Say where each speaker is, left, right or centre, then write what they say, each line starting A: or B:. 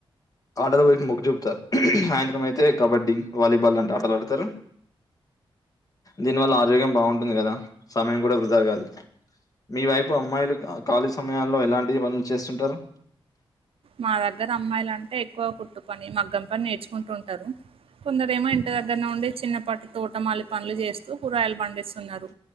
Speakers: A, on the left; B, on the right.
A: ఆటలు వైపు మొగ్గు చూపుతారు సాయంత్రం అయితే కబడ్డీ వాలీబాల్ అంటే ఆటలు ఆడతారు దీనివల్ల ఆరోగ్యం బాగుంటుంది కదా సమయం కూడా వృధా కాదు మీ వైపు అమ్మాయిలు ఖాళీ సమయాల్లో ఎలాంటి పనులు చేస్తుంటారు
B: మా దగ్గర అమ్మాయిలు అంటే ఎక్కువ ఫుడ్ పని మగ్గం పని నేర్చుకుంటుంటారు కొందరేమో ఇంటి దగ్గరనే ఉండి చిన్న పాటి తోటమాలి పనులు చేస్తూ కూరయలు పండిస్తున్నారు